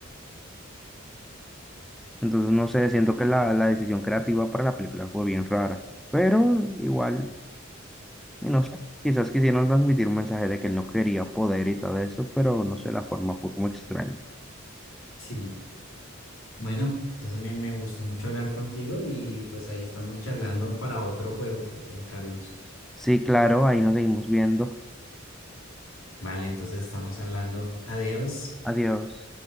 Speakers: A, in the centre; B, on the left.
A: Entonces, no sé, siento
B: Okay.
A: que la, la decisión creativa para la película fue bien rara, pero igual, y no sé, quizás quisieron transmitir un mensaje de que él no quería poder y todo eso, pero no sé, la forma fue como extraña.
B: Sí, bueno, entonces me, me gustó mucho hablar contigo y pues ahí estamos charlando para otro juego, Ca- eh, Carlos.
A: Sí, claro, ahí nos seguimos viendo.
B: Vale, entonces estamos hablando. Adiós.
A: Adiós.